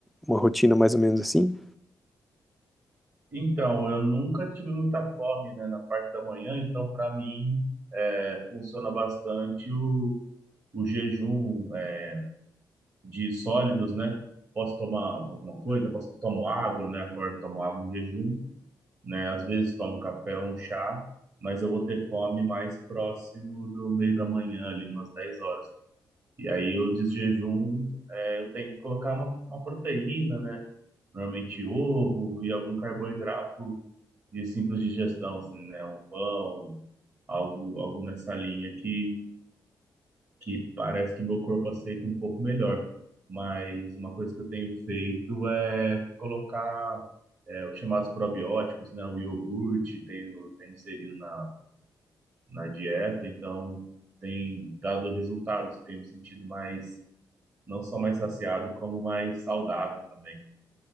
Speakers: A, in the centre; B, on the right (about 45°).
A: uma rotina mais ou menos assim.
B: Então, eu nunca tive muita fome, né, na parte da manhã, então para mim é, funciona bastante o, o jejum é, de sólidos, né? Posso tomar alguma coisa, posso tomo água, né? Acordo, tomo água em jejum, né? Às vezes tomo um café ou um chá, mas eu vou ter fome mais próximo do meio da manhã, ali umas 10 horas. E aí o desjejum, é, eu tento colocar uma, uma proteína, né? Normalmente ovo e algum carboidrato de simples digestão, assim, né? Um pão, algo, algo nessa linha que, que parece que meu corpo aceita um pouco melhor. Mas uma coisa que eu tenho feito é colocar é, os chamados probióticos, né? O iogurte tenho, tenho inserido na, na dieta, então tem dado resultados, tenho me sentido mais não só mais saciado, como mais saudável também.